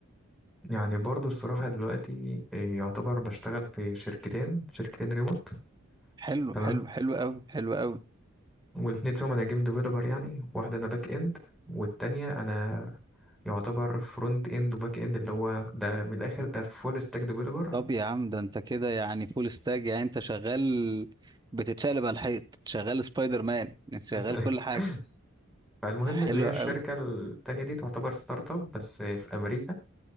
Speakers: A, in the centre; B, on the right.
A: يعني برضو الصراحة دلوقتي إيه، يعتبر بشتغل في شركتين شركتين ريموت
B: حلو
A: تمام
B: حلو حلو قوي حلو قوي
A: والاتنين فيهم انا جيم ديفلوبر يعني واحدة انا باك اند والتانية انا يعتبر فرونت اند وباك اند اللي هو ده من الاخر ده فول ستاك ديفلوبر
B: طب يا عم ده انت كده يعني فول ستاج يعني انت شغال بتتشقلب على الحيط شغال سبايدر مان شغال
A: <laughs>
B: كل حاجة
A: فالمهم
B: حلو
A: اللي هي الشركة
B: قوي
A: التانية دي تعتبر ستارت اب بس في امريكا